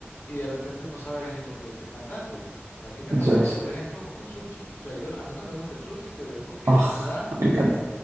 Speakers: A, on the left; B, on the right.
A: y de repente no sabes lo que te están dando. A mí me
B: eso
A: pasaba,
B: es.
A: por ejemplo, con el sushi. O sea, yo a mí no me gusta el sushi, pero es porque
B: Ah,
A: quizás,
B: me encanta.